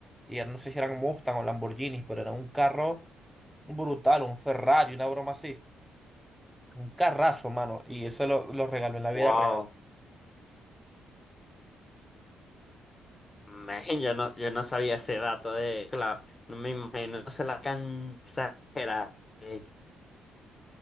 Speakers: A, in the centre; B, on the left.
A: Y ya no sé si eran Mustang o Lamborghinis, pero era un carro brutal, un Ferrari, una broma así. Un carrazo, mano. Y eso lo, lo regaló en la vida
B: Wow.
A: real.
B: Man, yo no, yo no sabía ese dato de, claro, no me imagino, se la can exagerada. eh,